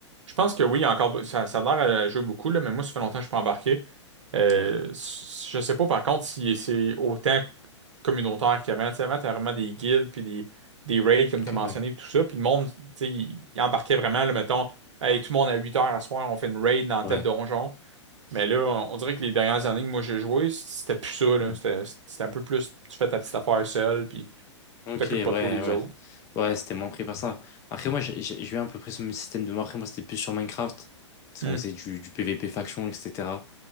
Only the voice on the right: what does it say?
Je pense que oui, il y a encore, ça, ça a l'air à jouer
beaucoup, là, mais moi, ça fait longtemps que je suis pas embarqué. Euh,
s- je sais pas, par contre, si c'est autant communautaire qu'avant. Tu sais, avant, t'avais vraiment des guildes, puis des, des raids, comme
tu as mentionné,
puis tout ça. Puis le monde, tu sais, il, il embarquait vraiment, là, mettons, Hey, tout le monde à 8 heures à soir, on fait une raid dans
tel donjon. Mais là, on, on dirait que les dernières années que moi j'ai joué, c'était plus ça, là.
C'était c'était un peu plus, tu fais ta petite affaire seule, puis tu
t'occupes
pas
trop des autres.
Hmm.